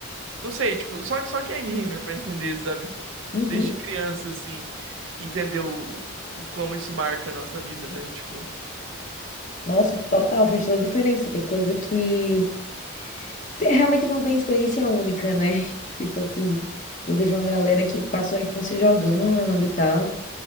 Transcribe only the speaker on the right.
Não sei, tipo, só, só quem é gamer pra entender, sabe?
Desde criança, assim, entender o, o como isso marca a nossa vida, né? Tipo.